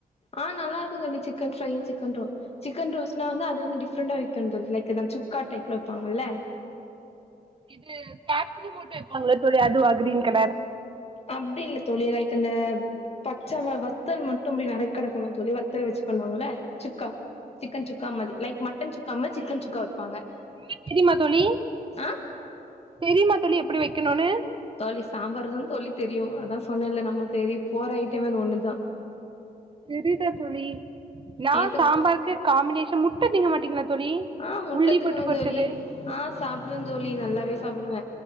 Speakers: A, on the left; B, on the right.
A: ஆ நல்லா இருக்கு தோழி chicken fry chicken roast chicken ரோஸ்ட்னா வந்து அது வந்து டிஃப்ரண்டா வைக்கணு தோழி லைக் அது வந்து சுக்கா டைப்ல வைப்பாங்கல்ல
B: இது <unintelligible> போட்டு வைப்பாங்கல்ல தோழி அதுவா கிரீன் கலர்
A: அப்டி இல்ல தோழி லைக் அந்த பச்ச மிளகா வத்தல் மட்டு அப்டி நெறைகடக்கணு தோழி வத்தல் வச்சு பண்வாங்கல்ல சுக்கா சிக்கன் சுக்கா மாரி லைக் மட்டன் சுக்கா மார் சிக்கன் சுக்கா வைப்பாங்க
B: உங்ளுக்கு தெரிமா தோழி
A: ஆ
B: தெரிமா தோழி எப்டி வைக்ணுனு
A: தோழி சாம்பார் தா தோழி தெரியு அதா சொன்னேல்ல நம்ம தெரி போற ஐட்டமே அது ஒண்ணுதா
B: செரி தா தோழி யார்
A: நேத்து
B: சாம்பாருக்கு காம்பினேஷன் முட்டதிங்க மாட்டீங்களா தோழி
A: ஆ முட்ட
B: உள்ளி
A: தின்னுவே
B: போட்டு பொறுச்சது
A: தோழி ஆ சாப்புடுவே தோழி நல்லாவே சாப்புடுவே